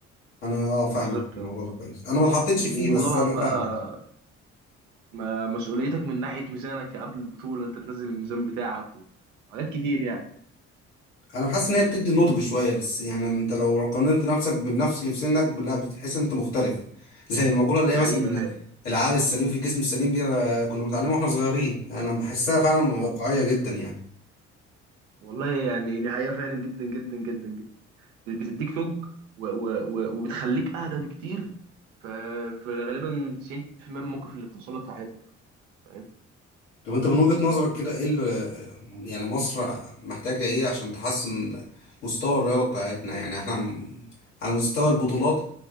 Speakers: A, on the left; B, on the right.
A: انا اه فاهمك
B: بالظبط
A: في الموضوع
B: آه.
A: ده كويس انا ما اتحطيتش
B: وطبعا
A: فيه بس انا
B: بقى
A: فاهمك
B: ما- مسؤوليتك من ناحيه ميزانك قبل البطوله انت تنزل الميزان بتاعك و- وحاجات كتير يعني
A: انا بحس ان هي بتدي نضج شويه لس يعني انت لو قارنت نفسك بالنفس اللي في سنك لا بتحس ان انت مختلف <laughs> زي المقوله اللي
B: دي
A: هي مثلا
B: حقيقه فعلا
A: العقل السليم في الجسم السليم دي أنا كنا بنتعلمها واحنا صغيرين يعني انا بحسها فعلا واقعيه
B: اه
A: جدا يعني
B: والله يعني دي حقيقة فعلا جدا جدا جدا جدا بتديك توج و... و... و... وبتخليك أهدى بكتير ف... فغالبا 90% من المواقف اللي بتحصل لك في حياتك فاهم
A: طب انت من وجهة نظرك كده ايه اللي يعني مصر محتاجة ايه عشان تحسن مستوى الرياضة بتاعتنا يعني احنا م- على مستوى البطولات